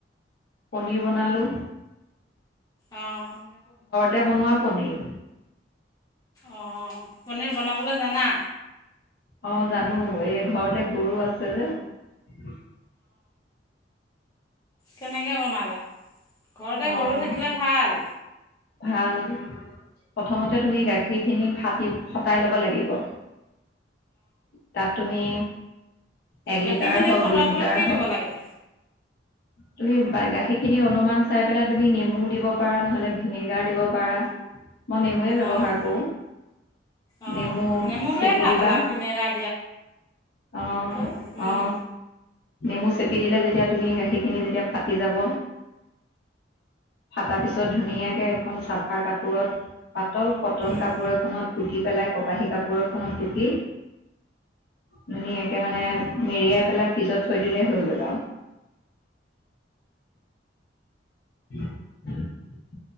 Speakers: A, on the left (about 60°); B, on the left (about 20°).
A: পনীৰ বনালোঁ
B: অ
A: তে বনোৱা পনিৰ
B: অ পনীৰ বনাবলৈ জানা
A: অ জানো এই ঘৰতে গৰু আছে যে উ
B: কেনে কে বনালা ঘৰতে
A: অঁ
B: গৰু থাকিলে ভাল
A: ভাল প্ৰথমতে তুমি গাখীৰখিনি ফাটি ফতাই ল'ব লাগিব তাত তুমি এক
B: গাখীৰ
A: লিটাৰ
B: খিনি
A: হওক
B: ফটুৱাবলৈ
A: দুই লিটাৰ
B: কি
A: হওক
B: দিব লাগে
A: তুমি গাখীৰখিনি অনুমান চাই পেলাই তুমি নেমু দিব পাৰা নহলে ভিনেগাৰ দিব পাৰা মই নেমু ব্যৱহাৰ
B: অঁ
A: কৰো
B: অঁ
A: নেমু
B: নেমুটোৱে
A: চেপি
B: ভাল
A: দিবা
B: আৰু ভিনেগাৰ
A: অ
B: দিয়াতকৈ
A: অ নেমু চেপি দিলে যেতিয়া তুমি গাখীৰখিনি যেতিয়া ফাটি যাব ফাটাৰ পিছত ধুনীয়াকে এখন চাফাৰ কাপোৰত পাতল কটন
B: উম।
A: কাপোৰ এখনত টুকি পেলাই কপাহী কাপোৰ এখনত টুকি ধুনীয়াকে মানে মেৰিয়াই পেলাই ফ্ৰিজত থৈ দিলেই হৈ গ'ল আৱ <unintelligible>